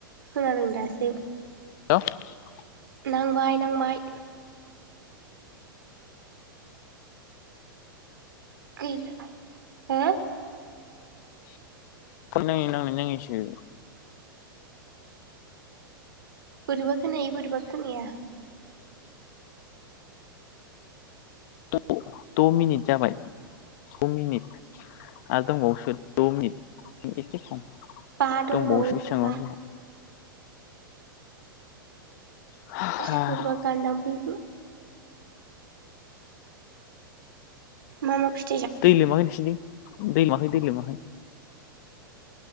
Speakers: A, on the right (about 75°); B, on the left (about 50°).
A: खोनादों दासो।
B: <unintelligible>
A: नांबाय नांबाय। गैला हो?
B: फन नाङै नांनो नाङैसो।
A: बोरैबा खोनायो बोरैबा खोनाया।
B: द' मिनिट जाबाय द' मिनिट। आरो दंबावोसो द' मिनिट इसे खम
A: बा दंबावो
B: दंबावोसो बेसेबांबा
A: बा
B: गोबाव। गोबाव
A: सोरबा गान दामफैखो मा मा फिथ
B: दै लोमाखै नोंथिनिथिं दै लोमाखै दै लोमाखै